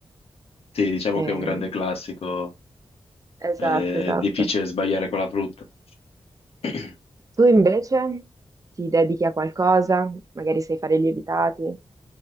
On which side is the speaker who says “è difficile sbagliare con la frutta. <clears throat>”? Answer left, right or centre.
Left